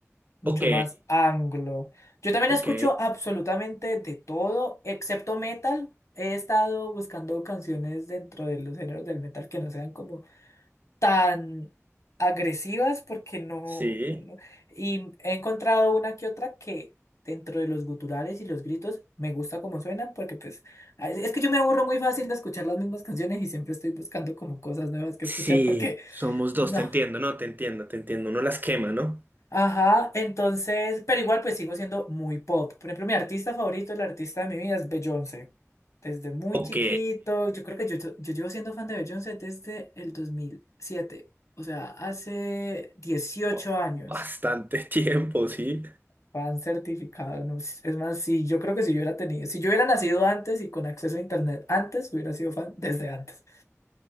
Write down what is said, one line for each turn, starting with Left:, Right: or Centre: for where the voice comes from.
Left: mucho
Right: Ok,
Left: más anglo. Yo también
Right: ok,
Left: escucho absolutamente de todo, excepto metal. He estado buscando canciones dentro de los géneros del metal que no sean como tan agresivas porque no,
Right: sí.
Left: no, no. Y he encontrado una que otra que dentro de los guturales y los gritos me gusta como suenan porque pues es es que yo me aburro muy fácil de escuchar las mismas canciones y siempre estoy buscando como cosas nuevas que
Right: Sí,
Left: escuchar porque
Right: somos
Left: no,
Right: dos, te entiendo, no, te entiendo, te entiendo, uno las quema, ¿no?
Left: Ajá, entonces, pero igual pues sigo siendo muy pop. Por ejemplo, mi artista favorito, el artista de mi vida es Beyoncé. Desde muy
Right: Ok,
Left: chiquito, yo creo que yo, yo, yo llevo siendo fan de Beyoncé desde el dos mil siete o sea, hace dieciocho
Right: ba-
Left: años.
Right: bastante <laughs> tiempo, sí.
Left: Fan certificado, no sé, Es más, si yo creo que si yo hubiera tenido, si yo hubiera nacido antes y con acceso a internet antes, hubiera sido fan desde antes.